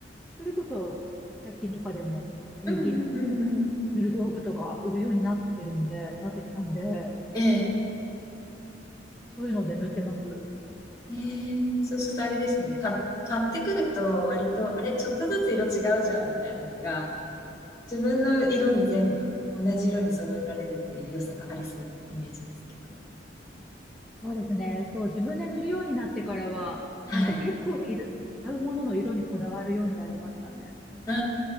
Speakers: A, in the centre; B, on the left.
A: それこそ、百均とかでも、ペンキ
B: うんうんうんうん。
A: 塗る道具とか売るようになってるんで、なってきたんで、
B: え
A: そういうので塗ってます。
B: ええそうするとあれですよね。か、買ってくると割と、あれ、ちょっとずつ色違うじゃんみたいなのが、自分の色に全部同じ色に揃えられるっていう良さがありそうなイメージですけど。
A: そうですね。そう、自分で塗るようになってからは、
B: はい。
A: なんか結構いる、買うものの色にこだわるようになりましたね。
B: あ